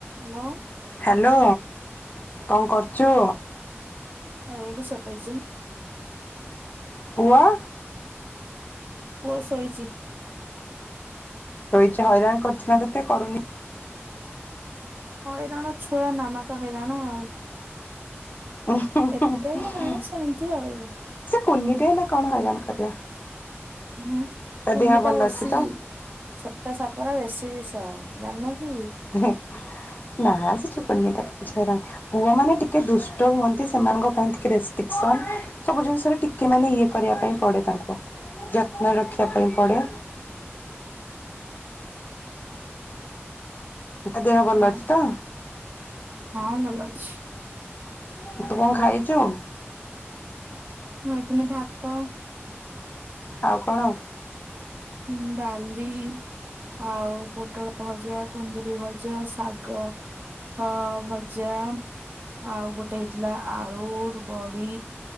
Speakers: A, on the right (about 45°); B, on the left (about 40°).
A: Hello.
B: Hello କଣ କରୁଛୁ?
A: ହ ଏଇଢ଼ି ସରିଛି।
B: ହୁୟା।
A: ପୁଅ ଶୋଇଛି।
B: ଶୋଇଛି ହଇରାଣ କରୁଛି ନା ତତେ କରୁନି।
A: ହଇରାଣ ଛୁଆ ନାମା ତ ହଇରାଣ ଆଉ।
B: ଉଁ ହୁଁ
A: ଏତେ
B: ହୁଁ
A: ବି ନାହିଁ ସେମିତି ଆଉ
B: ସେ କୁନିରେ ନା କଣ ହଇରାଣ କରିବା।
A: ଉଁ ହୁଁ
B: ତା
A: କୁନିଟା
B: ଦେହ ଭଲ
A: ବେଶି
B: ଅଛି ତ
A: ଛୋଟ ସାପର ବେଶୀ ବିଷ ଜାଣିନକି।
B: ହୁଁ ନାଁ ସେଚୁ କନିଆଟା କିଛି ହଇରାଣ ପୁଅ ମାନେ ଟିକେ ଦୁଷ୍ଟ ହୁଅନ୍ତି। ସେମାନଙ୍କ ପାଇଁ ଟିକେ ରେଷ୍ଟ୍ରିକସନ୍। ସବୁ ଜିନିଷରେ ଟିକେ ମାନେ ଇଏ କରିବା ପାଇଁ ପଡେ ତାଙ୍କୁ। ଯତ୍ନ ରଖିବା ପାଇଁ ପଡେ। ତା ଦେହ
A: ହଁ
B: ଭଲ ଅଛି ତ?
A: ହଁ ଭଲ ଅଛି।
B: ତୁତ କଣ ଖାଇଛୁ?
A: ଖଇଥିଲି ଭାତ
B: ଆଉ କଣ?
A: ହଁ ବାଲି ଆଉ ପୋଟଳ ଭଜା, କୁନ୍ଦରି ଭଜା, ଶାଗ। ହଁ ଭଜା ଆଉ ଗୋଟେ ହେଇଥିଲା ଆଳୁ ବଢ଼ି